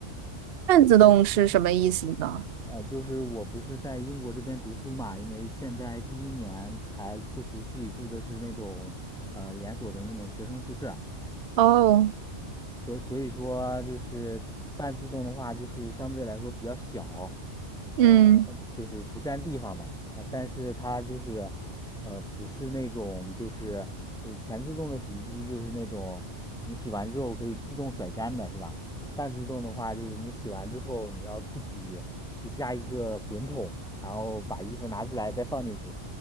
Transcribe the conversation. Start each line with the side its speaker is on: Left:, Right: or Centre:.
Right: 半自动是什么意思呢？
Centre: 呃，就是我不是在英国这边读书嘛，因为现在第一年还不熟悉，住的是那种呃连锁的那种学生宿舍，
Right: 哦，
Centre: 所所以说就是半自动的话，就是相对来说比较小，呃，
Right: 嗯，
Centre: 就是不占地方嘛。但但是它就是，呃，不是那种就是呃全自动的洗衣机，就是那种你洗完之后可以自动甩干的，是吧？半自动的话，就是你洗完之后你要自己去加一个滚筒，然后把衣服拿出来再放进去，